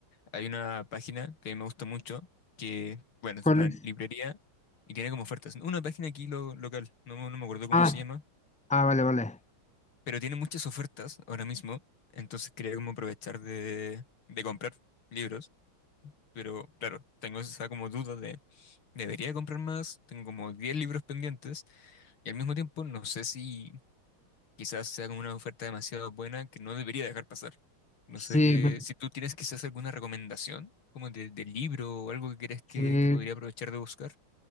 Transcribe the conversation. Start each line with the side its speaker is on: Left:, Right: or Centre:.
Left: hay una página que me gusta mucho, que bueno,
Centre: ¿cuál
Left: es una
Centre: es?
Left: librería y tiene como ofertas. Una página aquí lo- local, no, no me acuerdo cómo
Centre: Ah,
Left: se llama,
Centre: ah, vale, vale.
Left: pero tiene muchas ofertas ahora mismo, entonces quería como aprovechar de, de comprar libros. Pero claro, tengo esa como duda de, ¿debería comprar más? Tengo como 10 libros pendientes y al mismo tiempo no sé si quizás sea como una oferta demasiado buena que no debería dejar pasar. No
Centre: Sí,
Left: sé que,
Centre: me-
Left: si tú tienes quizás alguna recomendación como de, de libro o algo que crees que,
Centre: sí,
Left: que podría aprovechar de buscar.